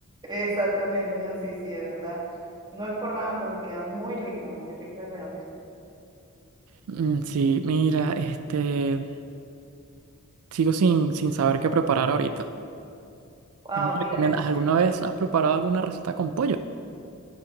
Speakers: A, on the right; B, on the right.
A: Exactamente, no, sí, sí, de verdad. No es por nada, pero queda muy rica, muy rica realmente.
B: Mm, Sí, mira, este, sigo sin, sin saber qué preparar ahorita.
A: Wow,
B: ¿Qué me
A: mira,
B: recomiendas?
A: no sé.
B: ¿Alguna vez has preparado alguna receta con pollo?